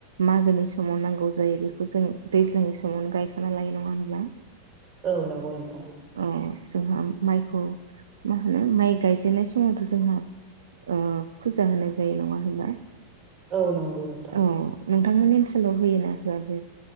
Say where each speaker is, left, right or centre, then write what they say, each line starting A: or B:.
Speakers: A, on the right; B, on the right.
A: मागोनि सम समाव नांगौ जायो बेखौ जों दैज्लां समावनो गायखाना लाय नङा होनब्ला?
B: औ नंगौ नोंथां
A: औ जोंहा माइखौ मा होनो माइ गायजेननाय समावथ' जोंना ओ फुजा होनाय जायो नङा होनबा
B: औ नंगौ नोंथां
A: औ नोंथांमोननि सोल' होयोना होयाखै